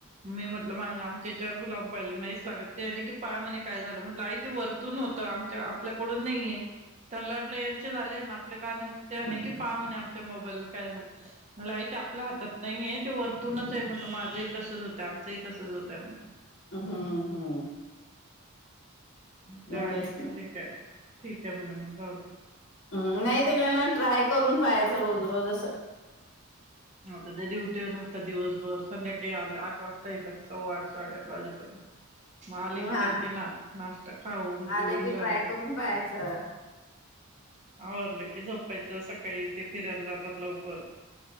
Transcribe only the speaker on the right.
मी म्हटलं माझ आमच्या चार फि लाून पाहिले नाहीच लागत ते आहे ना की पाया काय झालं म्हटलं आई ते वर होतं आमच्या आपल्याकडून नाहीये त्यां लटलं यांचे झाले ना आपल्या कारने मग ते नाही की पामणे आमच्या मोबाईलला काय झा आपल्या हातात नाहीय ते वरतूनच आहे म्हंटलं माझंही तसच होतं आमचंही तसच होतंय म्हट.
त्यार
नाही किथे
काय ठीक आहे मण मगलावते.
हा तर ते ड्युटीवर राहतात दिवसभर संध्याकाळी आठ वाजता येतात सव्वा आठ साडेआठ वाजेपर्यंत
म आले की
त्यांचे ना नाश्ता खाऊन पिऊन
झाले.
आवडलं की झोपायचं सकाळी ते फिरायला जातात लवकर